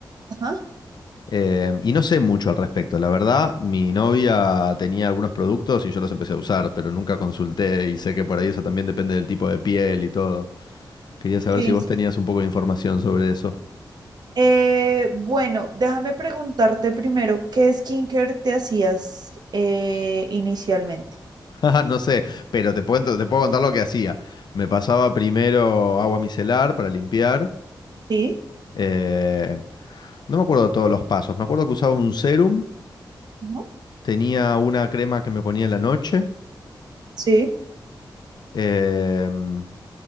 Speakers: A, on the right (about 60°); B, on the left (about 60°).
A: Ajá,
B: Eh, y no sé mucho al respecto. La verdad, mi novia tenía algunos productos y yo los empecé a usar, pero nunca consulté y sé que por ahí eso también depende del tipo de piel y todo. Quería saber
A: sí,
B: si vos
A: sí.
B: tenías un poco de información sobre eso.
A: Eh, bueno, déjame preguntarte primero, ¿qué skincare te hacías eh, inicialmente?
B: <laughs> Ajá, No sé, pero te puedo, te puedo contar lo que hacía. Me pasaba primero agua micelar para limpiar.
A: Sí,
B: eh, no me acuerdo todos los pasos. Me acuerdo que usaba un serum,
A: ujú,
B: tenía una crema que me ponía en la noche.
A: Sí,
B: em,